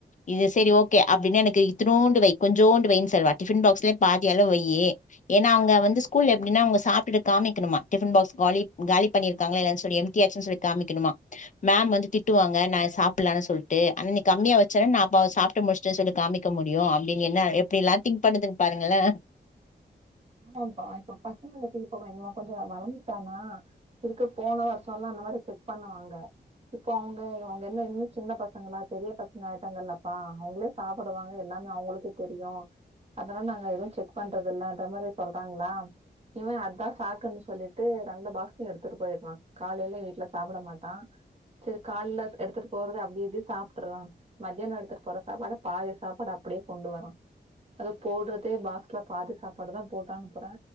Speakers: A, on the left; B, on the right.
A: இது செரி ஓகே அப்டின எனக்கு இத்துனோண்டு வை கொஞ்சோண்டு வைன் சொல்வா டிஃபின் பாக்ஸ்ல பாதி அளவு வெய்யு ஏன்னா அங்க வந்து ஸ்கூல எப்டினா அவுங்க சாப்டுட்டு காமிக்குணுமா டிஃபன் பாக்ஸ் காலி காலி பண்ணிருக்காங்க இல்லனு சொல்லி எம்டியாச்சுன் சொல்லி காமிக்கணுமா மேம் வந்து திட்டுவாங்க நா சாப்பிலனு சொல்ட்டு ஆனா நீ கம்மியா வெச்சன நா அப்ப சாப் ட்டு முஷ்ட்ட சொல்லி காமிக்க முடியு அப்டின் என்ன எப்படி எல்லா திங்க் பண்ணதுங் பாருங்களே
B: ஆமாப்பா இப்ப பசங்களுக்கு இப்ப இவ கொஞ்ச நலல் வளந்துட்டானா இதுக்கு போன வருஷ ஆனா அந்த மாரி செக் பண்ணுவாங்க இப்போ அவுங்க அவுங்க என்ன இன்னு சின்ன பசங்களா பெரிய பசங்க ஆயிட்டாங்கல்லப்பா அவுங்ளே சாப்பிடுவாங்க எல்லாமே அவங்களுக்கே தெரியு அதனால நாங்க எதுவு செக் பண்றதில்லன்ற மாரி சொல்றாங்களா இவ அதா அதா சாக்குனு சொல்லி ட்டு ரண்டு பாக்ஸ்ல்யு ரன் எடுத்துட்டு போயிற்றா காலையில வீட்டல சாப்பிட மாட்டா சேரி கால்ல எடுத்துட்டு போறது அப்டி இப்டி சாப்டுற்றா மதியான எடுத்துட்டு போற சாப்பாட பாதி சாப்பாடு அப்டியே கொண்டு வரா அது போடுறதே பாக்ஸ்ல பாதி சாப்பாடுதா போட்டு அனுப்புறே